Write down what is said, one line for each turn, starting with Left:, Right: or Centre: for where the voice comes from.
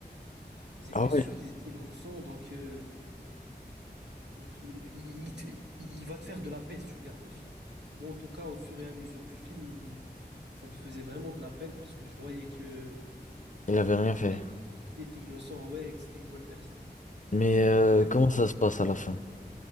Right: Ils étaient
Left: Ah
Right: sûrs
Left: ouais,
Right: qu'ils étaient innocents, donc, euh, donc il, il te- il va te faire de la peine si tu regardes le film. Moi, en tout cas, au fur et à mesure du film, ça me faisait vraiment de la peine parce que je voyais que
Left: il avait rien fait.
Right: ouais, qu'il était innocent, ouais, que c'était une bonne personne.
Left: Mais euh,
Right: Même,
Left: comment ça se passe à la fin?